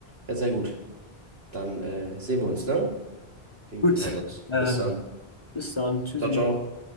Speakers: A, on the right (about 70°); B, on the left (about 30°).
A: Ja, sehr gut. Dann äh, sehen wir uns, ne? Wir,
B: Gut,
A: wir hören uns.
B: ähm,
A: Bis dann.
B: bis dann. Tschüssi.
A: Ciao, ciao.